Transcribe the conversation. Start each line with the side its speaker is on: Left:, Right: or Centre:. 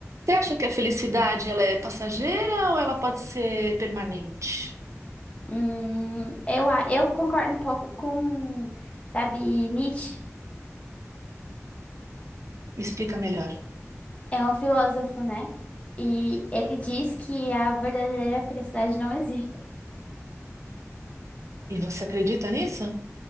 Right: Você acha que a felicidade ela é passageira ou ela pode ser permanente?
Left: Hum, eu, a- eu concordo um pouco com, sabe, Nietzsche
Right: Me explica melhor.
Left: é um filósofo, né? E ele diz que a verdadeira felicidade não existe.
Right: E você acredita nisso?